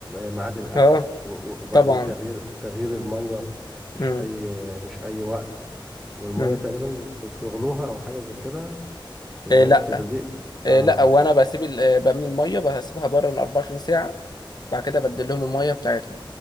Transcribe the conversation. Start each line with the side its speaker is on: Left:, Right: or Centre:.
Centre: ميعاد الاكل
Left: اه
Centre: و- و- وبعدين
Left: طبعا
Centre: تغيير تغيير المية مش
Left: امم
Centre: اي مش اي وقت والمية
Left: امم
Centre: تقريبا بت- بتغلوها او حاجة زي كده المية
Left: إيه لا
Centre: بتغلي ب-
Left: إيه
Centre: اه
Left: لا وانا بسيب ال- آه، بملي الميه بسيبها بره من 24 ساعه بعد كده بدل لهم الميه بتاعتهم